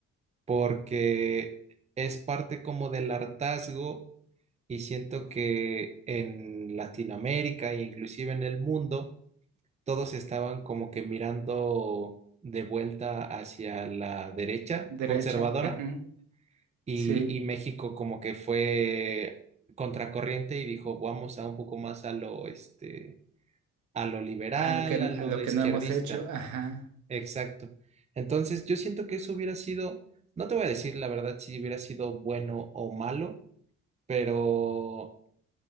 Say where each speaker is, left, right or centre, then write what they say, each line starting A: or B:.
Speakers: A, on the right (about 20°); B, on the right (about 75°).
A: porque es parte como del hartazgo y siento que en Latinoamérica e inclusive en el mundo, todos estaban como que mirando de vuelta hacia la derecha
B: Derecha.
A: conservadora
B: ujú,
A: y,
B: Sí.
A: y México como que fue contracorriente y dijo, vamos a un poco más a lo, este, a lo liberal,
B: A lo que,
A: a lo
B: a lo
A: izquierdista.
B: que no hemos hecho. Ajá.
A: Exacto. Entonces, yo siento que eso hubiera sido, no te voy a decir la verdad si hubiera sido bueno o malo, pero